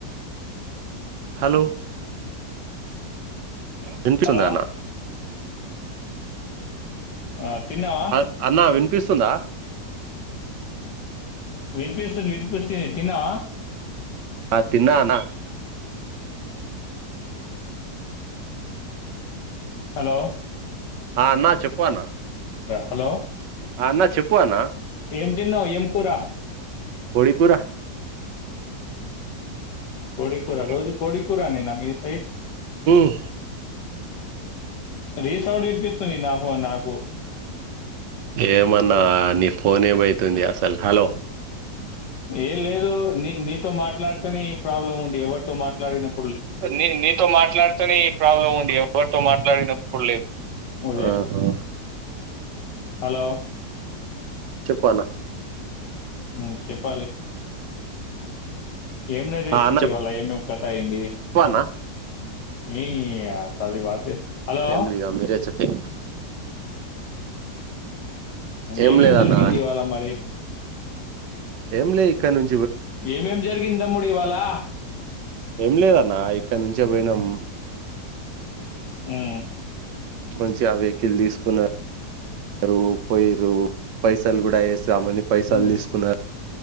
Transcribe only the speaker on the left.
హలో
ఆ తిన్నావా
వినిపిస్తుంది వినిపిస్తుంది తిన్నావా.
హలో
హలో
ఏం తిన్నావు ఏం కూర
కోడి కూర
రోజు కోడి కూర నేనా మీ సైడ్
రీసౌండ్ వినిపిస్తది నా ఫోన్ నాకు
ఏ లేదు నీ-నీతో మాట్లాడితేనే ఈ ప్రాబ్లముంది ఎవరితో మాట్లాడినం
ఉదయ్
హలో
ఉ చెప్పాలి ఏం నరేసిద్ధి
వాళ్ళ ఏమోం కథాయింది
ఏయారు సారి వాతే హలో
ఏమేం
జరిగింది ఇవాళ మరి
ఏమేం జరిగిందమ్ముడు ఇవాలా
ఉ మ్
మ్